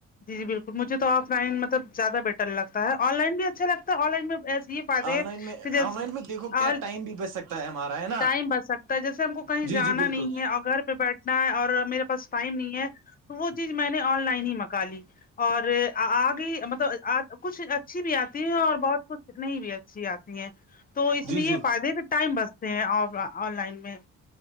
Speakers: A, on the left (about 30°); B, on the right (about 70°).
A: جی بالکل مجھے تو آف لائن مل زیادہ بیٹر لگتا ہے آن لائن بھی اچھا لگتا ہے آن لائن بھی ایسے ہی فائدے
B: آن لائن میں
A: کہ جیسے
B: آن لائن میں دیکھو کیا
A: آ
B: ٹائم بھی بچ سکتا ہے ہمارا ہے نا
A: ٹائم بچ سکتا جیسے ہم کو کہیں
B: جی
A: جانا
B: جی بالکل
A: نہیں ہے اور گھر پہ بیٹھ نا اور میرے پاس ٹائم نہیں ہے تو وہ چیز میں نے آن لائن ہی منکا لی اور آگے مطلب کچھ اچھی بھی آتی ہے اور بہت کچھ نہیں بھی اچھی آتی ہیں تو اس
B: جی
A: میں
B: جی
A: یہ فائدہ ہے کہ ٹائم بچتے ہیں آن لائن میں